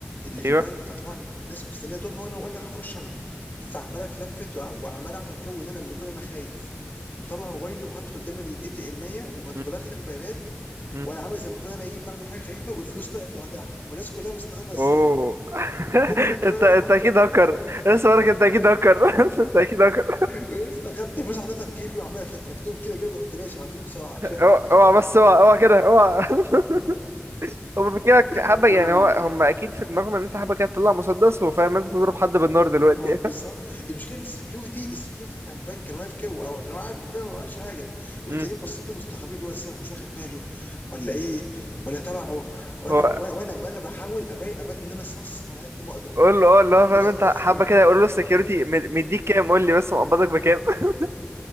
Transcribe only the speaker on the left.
اللي
في
البنك فطبعا الناس مستنيه دورها وانا وانا هخش انا فعمال اتلفت وع- وعمال اعمل جو ان انا مش كون انا خايف ومطلع موبايلي وحاطه قدام الاي تي ام وبدخل
البيانات
وانا عامل زي ما بكون انا ايه بعمل حاجه غريبه والفلوس طلعت لوحدها والناس كلها مستغربه ازاي
وكله فاكر
بقى
إن انا هكفت
البتاع
<laughs>
ولسه خدت فلوس حطيتها في جيبي وعمال اتلفت لهم كده جيبي رحت ماشي على طول بسرعه عشان
أعمل
جو.
<laughs>
هو بالظبط المشكله ان السكيورتي السكيورتي بتاع البنك كان واقف كده او عشان هو عارف الفيرا ما عملش حاجه
والتانيين
باصين له مستغربين اللي هو ازاي هو مش واخد باله ولا ايه ولا تبعه وانا
وانا وانا, وأنا بحاول ابين ابان ان انا صص على قد ما اقدر
دو...
<laughs>